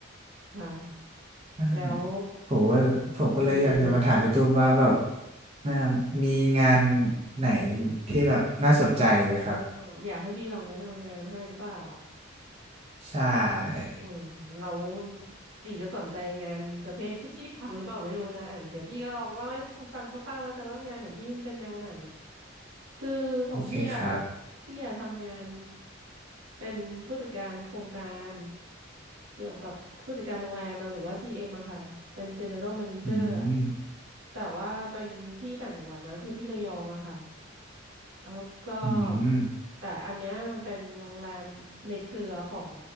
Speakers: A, on the right; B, on the right.
A: ค่ะ
B: ใช่
A: แล้ว
B: ผมว่าผมก็เลยอยากจะมาถามพี่ตุ้มว่าแบบ
A: เลย
B: เอ่อมีงานไหนที่แบบน่าสนใจไหมครับ
A: อ๋ออยากให้พี่ลองแนะนำงานให้หรือเปล่า
B: ใช่
A: อืมเราตีจะสนใจงานประเภทที่พี่ทำหรือเปล่าไม่รู้นะอ่ะเดี๋ยวพี่ก็ลองเล่าให้ฟังคร่าวๆแล้วกันว่างานของพี่มันเป็นแนวไหนคือของพี่อ่ะ
B: โอเคครับ
A: พี่อ่ะทำงานเป็นผู้จัดการโครงการเกี่ยวกับผู้จัดการโรงแรมอะหรือว่า GM อมอะค่ะเป็น General Manager
B: อืม
A: อะแต่ว่าเป็นที่ต่างจังหวัดนะคือที่ระยองอะค่ะ แล้วก็
B: อืม
A: แต่อันเนี้ยมันเป็นโรงแรมในเครือของ